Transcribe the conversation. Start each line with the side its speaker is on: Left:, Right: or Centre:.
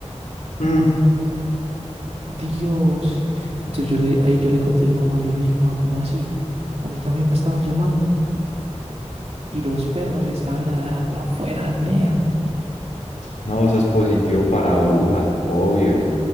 Left: Mm.
Right: Dios. Entonces yo le, ahí yo le conté a mi mamá, yo le dije, ma, ¿cómo así? A mí también me estaban llamando. Y los perros estaban ladrando afuera, nea.
Left: No, eso es positivo para bruja, obvio.